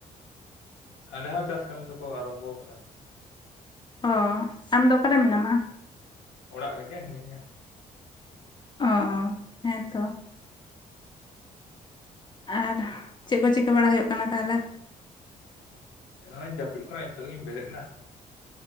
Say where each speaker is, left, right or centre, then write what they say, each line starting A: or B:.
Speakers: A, on the left; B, on the left.
A: ᱟᱞᱮ ᱦᱚᱸ ᱪᱟᱥ ᱠᱟᱹᱢᱤ ᱫᱚᱠᱚ ᱟᱨᱟᱢᱵᱚ ᱠᱟᱫᱟ᱾
B: ᱚ, ᱟᱢᱫᱚ ᱚᱠᱟᱨᱮ ᱢᱮᱱᱟᱢᱟ?
A: ᱚᱲᱟᱜ ᱨᱮᱜᱮ ᱦᱤᱱᱟᱹᱧᱟ᱾
B: ᱚ ᱦᱮᱸᱛᱚ᱾ ᱟᱨ ᱪᱮᱫ ᱠᱚ ᱪᱤᱠᱟᱹ ᱵᱟᱲᱟ ᱦᱩᱭᱩᱜ ᱠᱟᱱᱟ ᱛᱟᱦᱚᱞᱮ?
A: ᱱᱚᱜ-ᱚᱭ ᱡᱟᱹᱯᱤᱫ ᱠᱷᱚᱱᱟᱜ ᱦᱤᱛᱚᱜ ᱜᱤᱧ ᱵᱮᱨᱮᱫ ᱱᱟ᱾